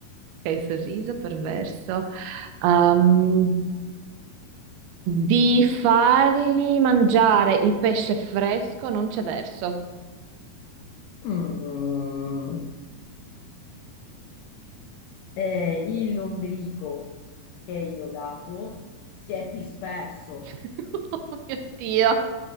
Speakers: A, on the right; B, on the left.
A: Ok, sorriso perverso. Ehm, di fargli mangiare il pesce fresco non c'è verso.
B: Mm. Eh, il lombrico che io ho dato si è disperso.
A: <laughs> Oh mio Dio.